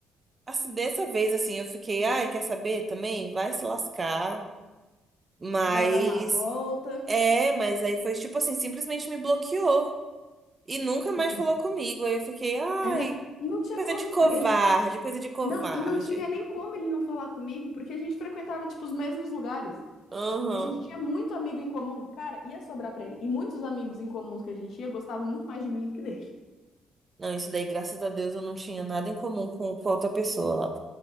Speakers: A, on the right (about 30°); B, on the left (about 70°).
A: assim, dessa vez, assim, eu fiquei, ai, quer saber também? Vai se lascar. Mas,
B: Vai dar uma volta.
A: é, mas aí foi tipo assim, simplesmente me bloqueou e nunca mais
B: Hum.
A: falou comigo. Aí eu fiquei, ai,
B: É, mas não tinha
A: coisa
B: como,
A: de covarde,
B: por ele,
A: coisa de covarde.
B: Não, e não tinha nem como ele não falar comigo, porque a gente frequentava, tipo, os mesmos lugares.
A: Aham.
B: E a gente tinha muito amigo em comum. Cara, ia sobrar pra ele. E muitos amigos em comuns que a gente ia gostavam muito mais de mim do que dele.
A: Não, isso daí, graças a Deus, eu não tinha nada em comum com, com outra pessoa